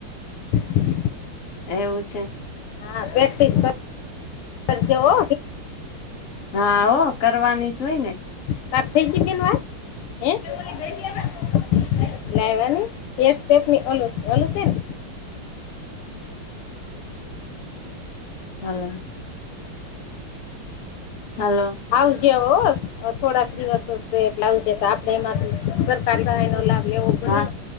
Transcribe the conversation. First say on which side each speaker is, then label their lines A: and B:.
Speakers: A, on the left; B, on the left.
A: <inaudible>
B: એવું સે.
A: હા પ્રેક્ટિસ કર કરજે હો.
B: હા ઓ કરવાનીસ હોય ને.
A: તાર થઈ જી બેન વાત હે <unintelligible> લાઇવા નહી એર સેપની ઓલું ઓલું સે ને.
B: હલો. હલો.
A: આવજે હોસ થોડાક દિવસ હશે એટલે આવજ તો આપડે એમાં સરકારી સહાય નો લાભ લેવો પડે
B: હા
A: ને.